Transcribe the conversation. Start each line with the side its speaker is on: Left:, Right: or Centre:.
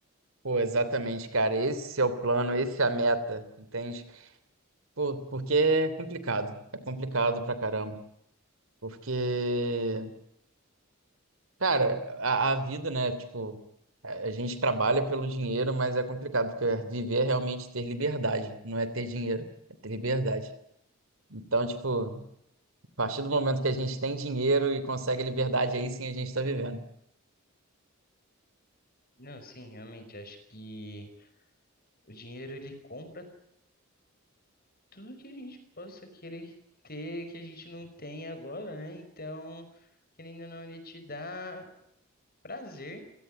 Right: Pô, exatamente, cara. Esse é o plano, esse é a meta, entende? Pô, porque é complicado. É complicado pra caramba. Porque, cara, a, a vida, né? Tipo, a a gente trabalha pelo dinheiro, mas é complicado, porque viver é realmente ter liberdade, não é ter dinheiro, é ter liberdade. Então, tipo, a partir do momento que a gente tem dinheiro e consegue liberdade, aí sim a gente tá vivendo.
Left: Não, sim, realmente, acho que o dinheiro ele compra tudo que a gente possa querer ter, que a gente não tem agora, né? Então, querendo ou não, ele te dá prazer.